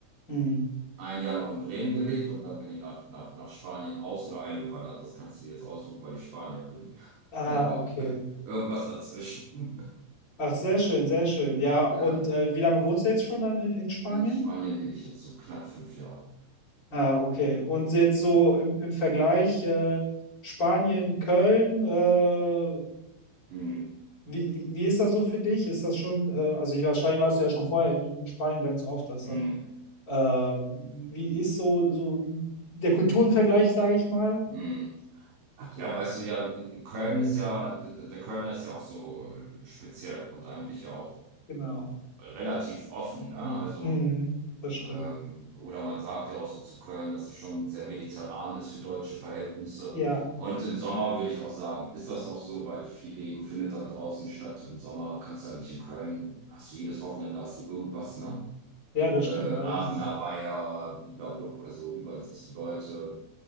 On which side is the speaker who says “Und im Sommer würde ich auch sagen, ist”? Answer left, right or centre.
Right